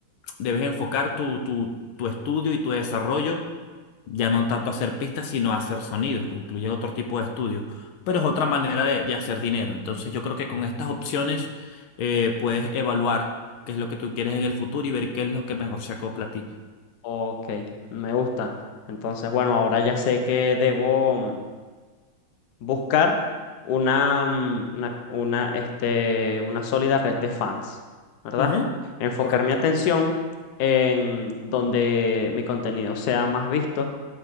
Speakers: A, on the left; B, on the left.
A: debes enfocar tu, tu, tu estudio y tu desarrollo ya no tanto a hacer pistas, sino a hacer sonidos, que incluye otro tipo de estudios. Pero es otra manera de, de hacer dinero. Entonces yo creo que con estas opciones eh, puedes evaluar qué es lo que tú quieres en el futuro y ver qué es lo que mejor se acopla a ti.
B: Ok, me gusta. Entonces, bueno, ahora ya sé que debo. mm, buscar una, mm, una, una, este, una sólida red de fans, ¿verdad?
A: Ujú,
B: Enfocar
A: Correcto.
B: mi atención en donde mi contenido sea más visto,